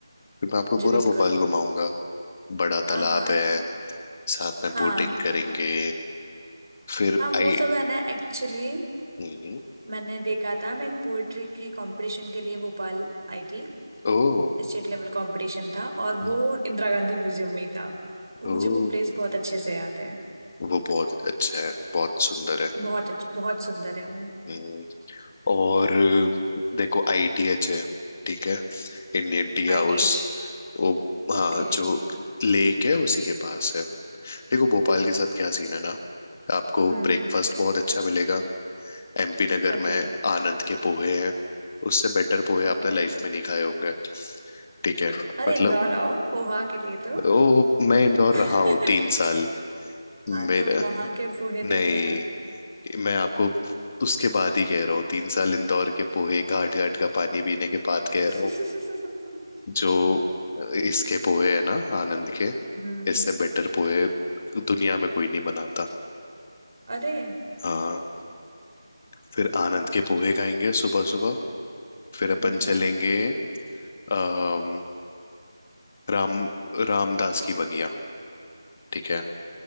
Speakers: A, on the left (about 30°); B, on the right (about 55°).
A: फिर मैं आपको
B: जी
A: पूरा
B: बिल्कुल
A: भोपाल घुमाऊंगा बड़ा
B: हाँ
A: तालाब
B: हाँ
A: है साथ में
B: हाँ
A: बोटिंग करेंगे फिर
B: हाँ
A: आई
B: वो सब है ना एक्चुअली
A: हम्म,
B: मैंने देखा था मैं एक पोएट्री की कंपटीशन के लिए भोपाल आई थी
A: ओह
B: स्टेट लेवल कंपटीशन था और वो
A: हम्म,
B: इंदिरा गांधी म्यूजियम में ही था तो
A: ओह
B: मुझे वो प्लेस बहुत अच्छे से याद है
A: वो बहुत अच्छा है बहुत सुंदर है
B: बहुत अच्छ, बहुत सुंदर है वो
A: हम्म, और देखो आईटीएच है ठीक है इंडियन टी हाउस
B: आईटीएच
A: वो
B: ओके
A: हाँ जो लेक है उसी के पास है देखो भोपाल के साथ क्या सीन है ना आपको
B: हम्म
A: ब्रेकफास्ट बहुत अच्छा मिलेगा एमपी नगर
B: ओके
A: में आनंद के पोहे हैं उससे बेटर पोहे
B: ओके
A: आपने लाइफ में नहीं खाए होंगे ठीक है
B: अरे
A: मतलब
B: इंदौर आओ पोहा के लिए तो
A: ओ मैं इंदौर रहा
B: <laughs>
A: हूँ तीन साल
B: हाँ
A: मेरा
B: तो वहां के पोहे
A: नहीं
B: देखे हैं आप
A: मैं आपको उसके बाद ही कह रहा हूँ तीन साल इंदौर के पोहे घाट घाट का पानी पीने के बाद कह रहा
B: <laughs>
A: हूँ जो इसके पोहे है ना आनंद के
B: हम्म
A: इससे बेटर पोहे दुनिया में कोई नहीं बनाता
B: अरे
A: हाँ फिर आनंद के पोहे खाएंगे सुबह सुबह फिर अपन
B: Hmm
A: चलेंगे अम, राम रामदास की बगिया ठीक है